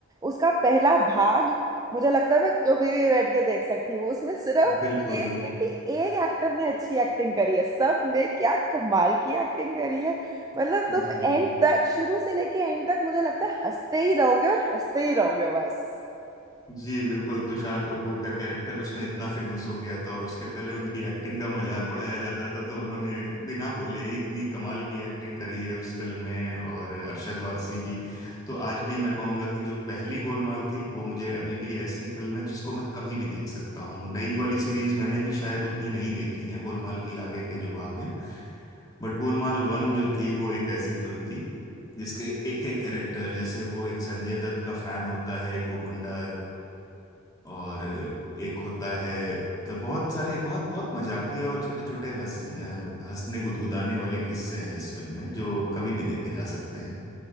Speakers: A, on the right (about 15°); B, on the left (about 15°).
A: उसका पहला भाग मुझे लगता है मैं कभी भी बैठ के देख सकती हूँ उसमें सिर्फ
B: बिल्कुल
A: ये नहीं है कि एक एक्टर ने अच्छी एक्टिंग करी है सब ने क्या कमाल की एक्टिंग करी है मतलब
B: जी
A: तुम एंड तक शुरू से लेके एंड तक मुझे लगता है हंसते ही रहोगे और हंसते ही रहोगे बस
B: जी बिल्कुल तुषार कपूर का कैरेक्टर उसमें इतना फेमस हो गया था और उसके पहले उनकी एक्टिंग का मजाक उड़ाया जाता था तो उन्होंने बिना बोले ही इतनी कमाल की एक्टिंग करी है उस फिल्म में और अरशद वारसी जी तो आज भी मैं कहूंगा कि जो पहली गोलमाल थी वो मुझे अभी भी ऐसी फिल्म है जिसको मैं कभी भी देख सकता हूँ नई वाली सीरीज मैंने भी शायद उतनी नहीं देखी है गोलमाल की आगे के जो भाग हैं बट गोलमाल वन जो थी वो एक ऐसी फिल्म थी जिसके एक एक कैरेक्टर जैसे वो एक संजय दत्त का फैन होता है एक वो गुंडा और एक होता है मतलब बहुत सारे बहुत बहुत मजाकिया और छोटे छोटे हंस अ, हंसने गुदगुदाने वाले किस्से हैं इस फिल्म में जो कभी भी देखे जा सकते हैं